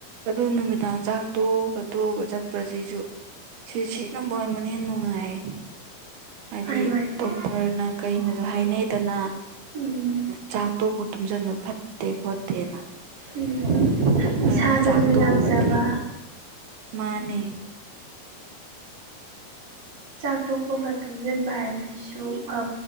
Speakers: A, on the right; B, on the right.
A: ꯑꯗꯨ ꯅꯨꯃꯤꯗꯥꯡ ꯆꯥꯛ ꯇꯣꯛꯑ ꯈ ꯇꯣꯛꯑꯒ ꯆꯠꯄꯁꯤꯁꯨ ꯁꯤ ꯁꯤꯕ ꯑꯣꯏꯔꯕꯅ ꯍꯦ ꯅꯨꯡꯉꯥꯏ ꯍꯥꯏꯗꯤ
B: ꯃꯥꯅꯦ ꯃꯥꯅꯦ
A: ꯗꯣꯛꯇꯔꯅ ꯀꯩꯅꯁꯨ ꯍꯥꯏꯅꯩꯗꯅ
B: ꯎꯝ
A: ꯆꯥꯛꯇꯣꯕꯨ ꯇꯨꯝꯁꯤꯟꯕ ꯐꯠꯇꯦ ꯈꯣꯠꯇꯦꯅ
B: ꯎꯝ
A: ꯑꯗꯨꯅ
B: ꯏꯁꯥꯗꯁꯨ
A: ꯆꯥꯛ ꯇꯣꯛꯑꯒꯗꯤ
B: ꯌꯥꯡꯖꯕ
A: ꯃꯥꯅꯦ
B: ꯆꯥꯛ ꯇꯣꯛꯄꯒ ꯇꯨꯡꯁꯤꯟꯕ ꯍꯥꯏꯕꯁꯤꯁꯨ ꯑꯟ